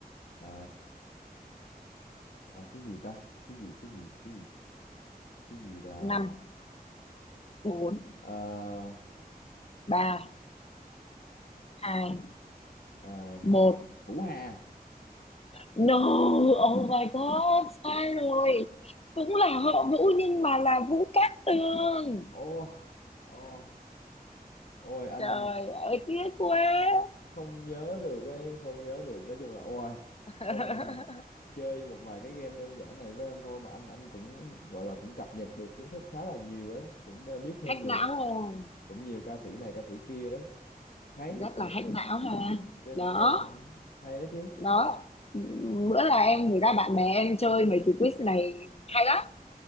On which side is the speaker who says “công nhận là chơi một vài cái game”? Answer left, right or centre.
Left